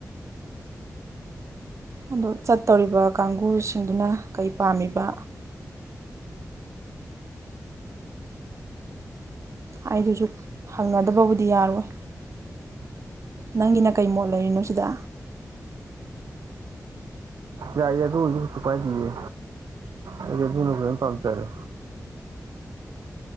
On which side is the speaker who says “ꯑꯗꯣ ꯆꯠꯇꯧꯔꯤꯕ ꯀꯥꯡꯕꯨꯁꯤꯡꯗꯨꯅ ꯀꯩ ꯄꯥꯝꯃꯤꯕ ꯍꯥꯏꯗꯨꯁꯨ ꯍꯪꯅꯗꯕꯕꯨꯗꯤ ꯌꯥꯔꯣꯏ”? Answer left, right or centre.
Right